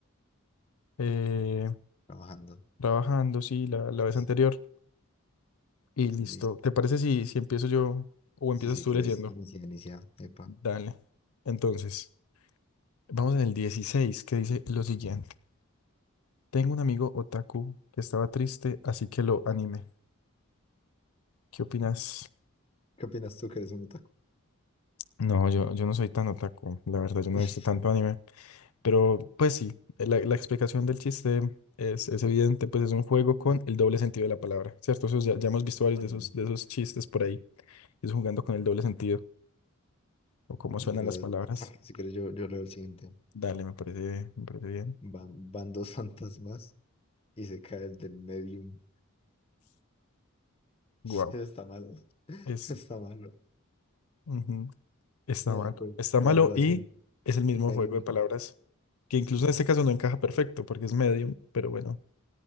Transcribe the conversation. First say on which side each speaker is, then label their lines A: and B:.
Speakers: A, on the left; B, on the left.
A: eh,
B: trabajando,
A: trabajando, sí, la, la
B: sí,
A: vez anterior.
B: sí,
A: Y listo.
B: listo,
A: ¿Te parece si, si empiezo yo o empiezas
B: sí, sí,
A: tú
B: quieres,
A: leyendo?
B: iniciar, inicia, epa,
A: Dale. Entonces, vamos en el 16 que dice lo siguiente. Tengo un amigo otaku que estaba triste, así que lo animé. ¿Qué opinas?
B: ¿qué opinas tú que eres un otaku?
A: No, yo, yo no soy tan otaku, la verdad, yo no
B: <laughs>
A: he visto tanto anime. Pero pues sí, la, la explicación del chiste es, es evidente, pues es un juego con
B: Ah,
A: el doble sentido de la palabra, ¿cierto? Eso ya, ya hemos visto varios
B: Anime.
A: de esos, de esos chistes por ahí, es jugando con el doble sentido o cómo suenan
B: Es verdad,
A: las palabras.
B: es verdad, si, si quieres yo, yo leo el siguiente,
A: Dale, me parece, me parece bien.
B: van, van dos <laughs> fantasmas y se cae el del medium, <laughs>
A: Guau.
B: eso está malo, <laughs>
A: Es,
B: está malo,
A: ujú, está
B: no,
A: malo.
B: pues,
A: Está
B: la
A: malo
B: relación
A: y es el mismo
B: medium-fantasma,
A: juego de palabras que
B: Sí,
A: incluso
B: sí.
A: en este caso no encaja perfecto porque es medium, pero bueno.